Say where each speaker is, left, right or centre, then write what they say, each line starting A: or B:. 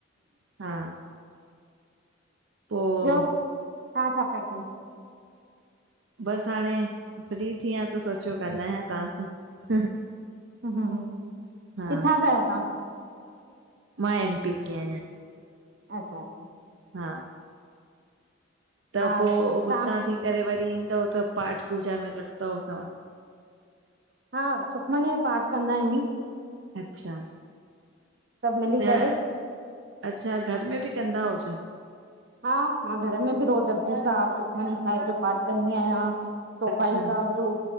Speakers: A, on the right; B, on the right.
A: हा पो
B: ॿियो तव्हां छा प्या कयो?
A: बस हाणे फ्री थी आ त सोचियो ॻाल्हायां तव्हां सां।
B: हूं-हूं-हूं
A: हा
B: किथां जा आयो ता?
A: मां एम पी जी आहियां।
B: अच्छा-अच्छा
A: हा त
B: हा
A: पो
B: तव्हां
A: हुतां थी करे वरी ईंदव त पाठ पूजा में लॻंदव ता?
B: हा, सुखमनी जो पाठ कंदा आहियूं।
A: अच्छा
B: सभु मिली
A: त
B: करे
A: अच्छा घर में ॿि कंदा ओ छा?
B: हा, मां घर में ॿि रोज़ जपजी साहिब सुखमनी साहिब जो पाठ कंदी आहियां। सोपाई
A: अच्छा
B: सांब जो